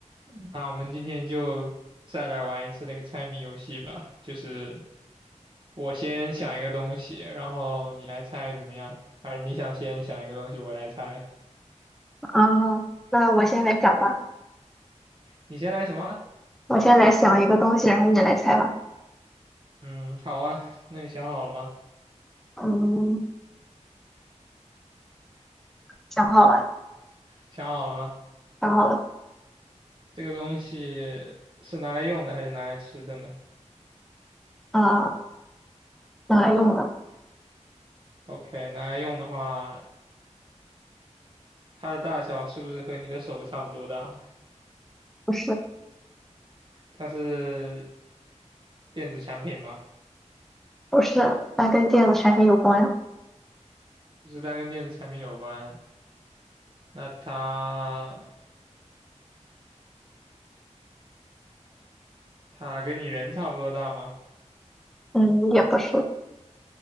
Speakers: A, on the right; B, in the centre.
A: 嗯那我们今天就再来玩一次那个猜谜游戏吧，就是我先想一个东西，然后你来猜怎么样？还是你想先想一个东西，我来猜？
B: 啊，那我先来讲吧，
A: 你先来什么？
B: 我先来想一个东西，然后你来猜吧。
A: 嗯，好啊，那你想好了吗？
B: 嗯，想好了，
A: 想好了吗？
B: 想好了，
A: 这个东西是拿来用的还是拿来吃的呢
B: 啊、用来用的，
A: ？OK，拿来用的话，它的大小是不是和你的手差不多大？
B: 不是，
A: 它是电子产品吗？
B: 不是，它跟电子产品有关，
A: 就是它跟电子产品有关，那它。它跟你人差不多大吗？
B: 嗯，也不是，